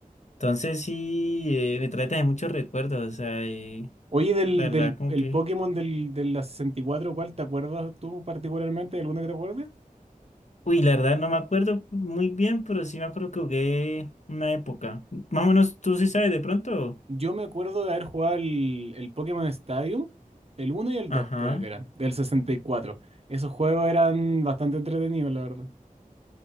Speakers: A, on the left (about 55°); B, on the right (about 45°).
A: Entonces sí, eh, me trae también muchos recuerdos, o sea, eh,
B: Oye, del,
A: la verdad
B: del
A: como
B: el
A: que...
B: Pokémon del, de la sesenta y cuatro ¿cuál te acuerdas tú particularmente? ¿Alguno que te acuerdes?
A: Uy, la verdad no me acuerdo muy bien, pero sí me acuerdo que jugué una época. Más o menos tú sí sabes de pronto.
B: Yo me acuerdo de haber jugado el, el Pokémon Stadium, el uno y el
A: Ajá.
B: 2 creo que eran, del sesenta y cuatro Esos juegos eran bastante entretenidos, la verdad.